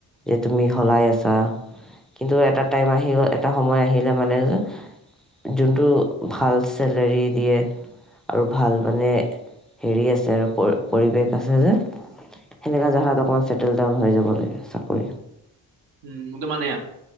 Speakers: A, in the centre; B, on the right (about 65°).
A: এতিয়া তুমি সলাই আছা? কিন্তু, এটা টাইম আহিব, এটা সময় আহিলে মানে, যে, যোনটো ভাল চেলেৰী দিয়ে আৰু ভাল মানে, হেৰি আছে আৰু পৰি, পৰিৱেশ আছে যে। সেনেকা জাগাত অকণমান, চেটেল ডাউন হৈ যাব লাগে চাকৰিত।
B: উম! এইটো মানে